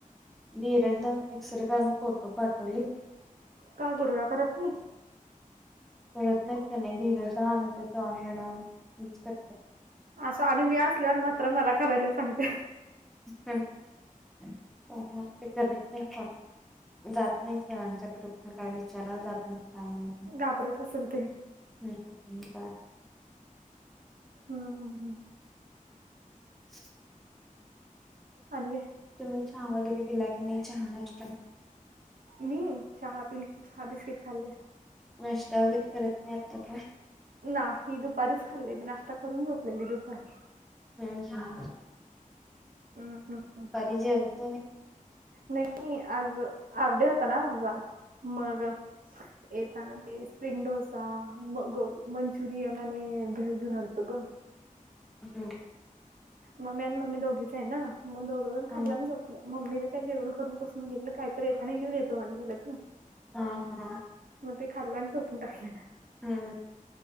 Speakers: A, in the centre; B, on the right.
A: धीरज दा एक्सरे करून फोटो पाठवली.
B: का गुरव्या करत नाही?
A: कळत नाहीत त्यां नाही धीरज दा नाहीये चव्हाण मॅडम <unintelligible>
B: असं आणि मी असल्यावर मात्र मला करायला सांगते.
A: हम् पण <unintelligible> जात नाही सरांच्या कड काय विचारायला जात नाही काय नाही.
B: घाबरत असेल ते.
A: ह् बा
B: हम्म हम् हम्
A: <unintelligible>
B: आणि काय?
A: तुम्ही हा वगैरे पिला क नाही हाान असत
B: मी चहा पि चहा बिस्किट खाल्ले
A: नाष्टा वगैरे करत नाही आता का
B: नाही दुपारीच खाल्लेली नाश्ता करून झोपलेली दुपारी
A: ह ह
B: हम् हम ह
A: दुपारी जेवत नाही व्हय?
B: नाही आज हाफडे होता ना माझा मग येताना ते स्प्रिंग डोसा म ग मंचुरियन आणि भेळ घेऊन आलतो ग ह
A: हम
B: मम्मी आणि मी दोघीच आहे ना मग दोघंजण खाल्लं
A: हम्म
B: आणि झोपलं मम्मीला काय जेवण करू नकोस म्हणलं काय तर येताना घेऊन येतो म्हणलं ग
A: हा हा
B: मग ते खाल्ल्या आणि झोपून टाकल ना
A: हम् ह